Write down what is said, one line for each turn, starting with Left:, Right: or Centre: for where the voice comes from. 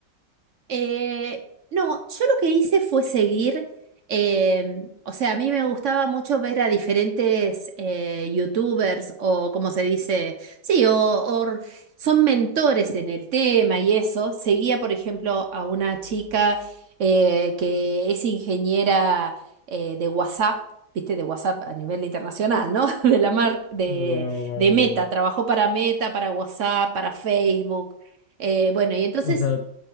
Right: Eh, no, yo lo que hice fue seguir, eh, o sea, a mí me gustaba mucho ver a diferentes eh, youtubers o como se dice, sí, o, o r- son mentores en el tema y eso. Seguía, por ejemplo, a una chica eh, que es ingeniera eh, de WhatsApp. Viste, de WhatsApp a nivel internacional, ¿no? <laughs> De la mar de,
Left: Wow, wow,
Right: de Meta,
Left: wow.
Right: trabajó para Meta, para WhatsApp, para Facebook. Eh, bueno, y entonces
Left: O sea,